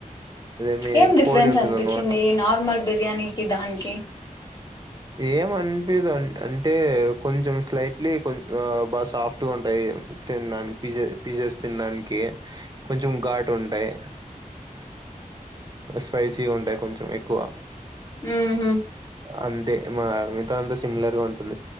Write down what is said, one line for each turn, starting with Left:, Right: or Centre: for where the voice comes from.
Right: అదేమి
Left: ఏం డిఫరెన్స్
Right: కోడి ఉంటుంద
Left: అనిపించింది
Right: అన్నమాట
Left: నార్మల్ బిర్యానీకి దానికి
Right: ఏమనిపియ్యదు అంటే కొంచెం లైట్లీ కొంచం ఆ బాగా సాఫ్ట్ గా ఉంటాయి తినడానికి పీస్ పీసెస్ తినడానికి కొంచెం ఘాటు ఉంటాయి స్పైసీగా ఉండే కొంచెం ఎక్కువ
Left: మ్మ్ హ్మ్
Right: అంతే మా మితో అంతా సిమిలర్గా ఉంటుంది